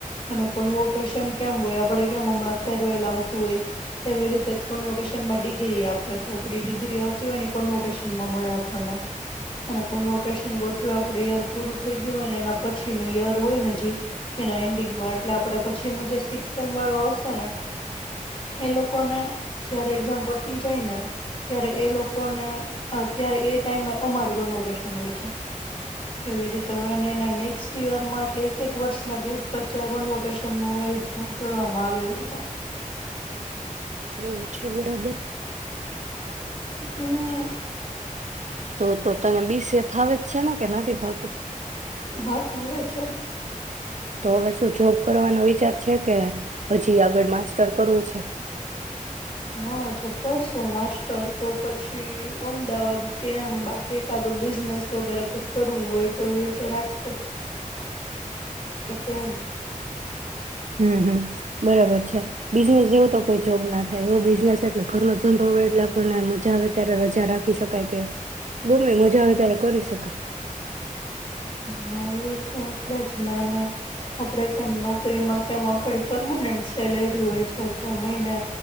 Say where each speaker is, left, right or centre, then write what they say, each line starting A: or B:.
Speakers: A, on the left (about 40°); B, on the right (about 60°).
A: અને કન્વેકેશન કેમ હોય આપણે કેમ હમણાં ફેરવેલ આવતું હોય. એવી રીતે જ કન્વેકશન માં ડિગ્રી આપે તો આપણી ડિગ્રી આવતી હોય ને એ કોન્વોકેશનમાં મળે આપણને. અને કોનવોકેશન ગોઠવે પ્રેયર પૂરું થઈ ગયું હોય એના પછીનો યર હોયને જે એના એન્ડિંગમાં એટલે આપણા પછીનો જે સિકમ વાળુ આવશે ને એ લોકોને જ્યારે એક્ઝામ પતી જાય ને ત્યારે એ લોકોને અ ત્યારે એ ટાઈમે અમારું કોનવોકેશન હોય છે એવી રીતે હોય એના નેક્સ્ટ યયરમાં એટ એક એક વર્ષના ગેપ વચ્ચે કોનવોકેશનનુ આયોજન કરવામાં આવે એવી રીતે.
B: એવું છે બરાબર
A: હમ્મ.
B: તો તને બી. સી. એ ફાવે જ છે ને કે નથી ફાવતું.
A: હા ફાવ અછ
B: તો હવે શું જોબ કરવાનો વિચાર છે કે હજી આગળ માસ્ટર કરવું છે
A: હા જો કરશું માસ્ટર તો પછી અમદાવાદ કેમ બાકી એકાદું બિઝનેસ વગેરે કઈક કરવું હોય તો એવી રીતે રાજકોટ બાકી એમ
B: હમ હમ બરાબર બિઝનેસ જેવો તો કોઈ જોબ ના થાય એવો બિઝનેસ એટલે ઘરનો ધંધો હો એટલે આપણને મજા આવે ત્યારે રજા રાખી શકાય કે ગમે મજા આવે ત્યારે કરી શકાય
A: હા એ છે એટલે જ નાના આપડે કેમ નોકરીમાં કેમ આપડી પરમાનન્ટ સેલેરી હોય છે કે મહિને